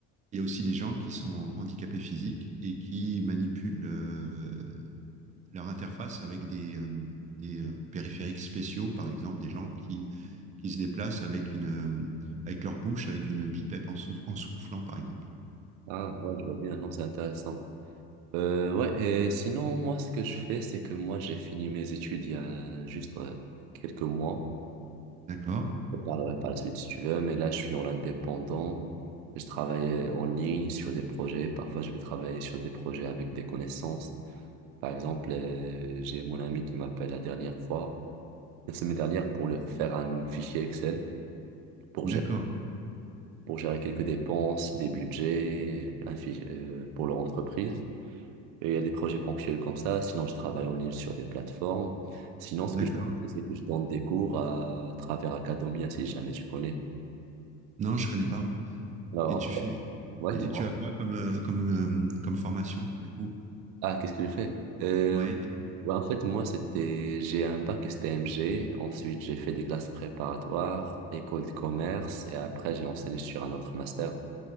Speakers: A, on the right; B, on the right.
A: Il y a aussi les gens qui sont handicapés physiques et qui manipulent euh, leur interface avec des, euh, des euh, périphériques spéciaux, par exemple, des gens qui, qui se déplacent avec, une, euh, avec leur bouche, avec une pipette en, sou- en soufflant, par exemple.
B: Ah, ouais, je vois bien, non, c'est intéressant. Euh, ouais, et sinon, moi, ce que je fais, c'est que moi, j'ai fini mes études il y a juste euh, quelques mois.
A: D'accord?
B: Je parlerai par la suite si tu veux, mais là, je suis en indépendant. Je travaille en ligne sur des projets. Parfois, je vais travailler sur des projets avec des connaissances. Par exemple, euh, j'ai mon ami qui m'appelle la dernière fois. la semaine dernière pour leur faire un fichier Excel pour
A: D'accord.
B: gérer, pour gérer quelques dépenses, des budgets, un fichier, euh, pour leur entreprise. Et il y a des projets ponctuels comme ça. Sinon, je travaille en ligne sur des plateformes. Sinon, ce
A: D'accord.
B: que je fais, c'est que je donne des cours à travers Academia, si jamais tu connais.
A: Non, je connais pas.
B: Alors,
A: Et tu
B: en
A: fais,
B: fait, ouais,
A: et
B: dis-moi.
A: tu as quoi comme, euh, comme, euh, comme formation, du coup?
B: Ah, qu'est-ce que je fais? Euh,
A: Oui,
B: ouais, en fait, moi, c'était, j'ai un bac STMG. Ensuite, j'ai fait des classes préparatoires, école de commerce. Et après, j'ai enseigné sur un autre master